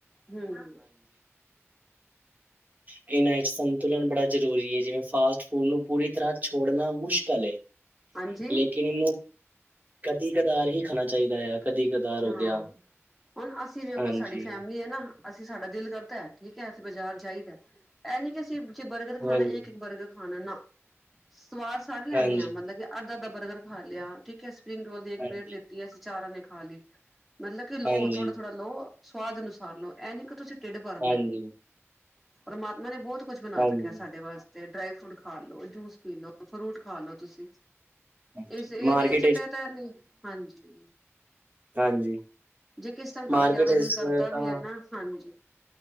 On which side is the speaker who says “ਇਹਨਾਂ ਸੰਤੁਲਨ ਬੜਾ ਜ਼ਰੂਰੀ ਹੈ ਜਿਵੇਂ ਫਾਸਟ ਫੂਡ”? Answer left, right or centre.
Right